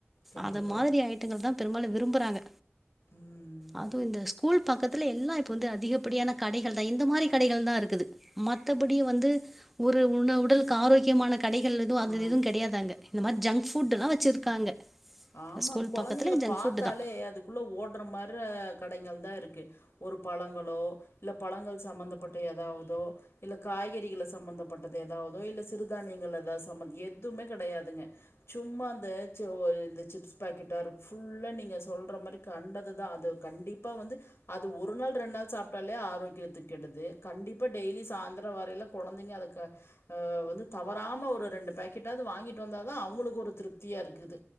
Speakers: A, on the left; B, in the centre.
A: கண்டிப்
B: அது மாதிரி ஐட்டங்கள் தா பெரும்பாலு விரும்புறாங்க
A: ம்
B: அதுவு இந்த ஸ்கூல் கூல் பக்கத்துல எல்லா இப்போ வந்து அதிகப்படியான கடைகள் தா இந்த மாரி கடைகள் தா இருக்குது மத்தபடி வந்து ஒரு உண உடலுக்கு ஆரோக்கியமான கடைகள் எதுவு அது
A: ஆ
B: எதுவு கெடையாது அங்க இந்த மாரி ஜங்க் ஃபுட்டுலா வச்சிருக்காங்க
A: ஆமாங்
B: ஸ்கூல்
A: கொழந்தைகள
B: பக்கத்துல ஜங்க்
A: பாத்தாலே
B: ஃபுட் தான்.
A: அது உள்ள ஓட்ற மாரி கடைகள் தா இருக்கு ஒரு பழங்களோ இல்ல பழங்கள் சம்மந்தப்பட்ட எதாவ்தோ இல்ல காய்கறிகள சம்மந்தப்பட்டது எதாவ்தோ இல்ல சிறுதானியங்கள் எதாது சம்மந் எதுமே கெடையாதுங்க சும்மா அந்த ச்சோல் இந்த சிப்ஸ் பாக்கெட்டா இருக் ஃபுல்லா நீங்க சொல்ற மாரி கண்டது தா அது கண்டிப் பா வந்து அது ஒரு நாள் ரெண் நாள் சாப்ட்டாலே ஆரோக்கியத்து கெடுது கண்டிப்பா டெய்லி சாய்ந்தரோ வரய்ல கொழந்தங்க அளுக்கு ஆ வந்து தவறாம ஒரு ரெண்டு பாக்கெட்டாது வாங்கிட்டு வந்தா தா அவ அவுங்குளுக்கு ஒரு திருப்தியா இருக்குது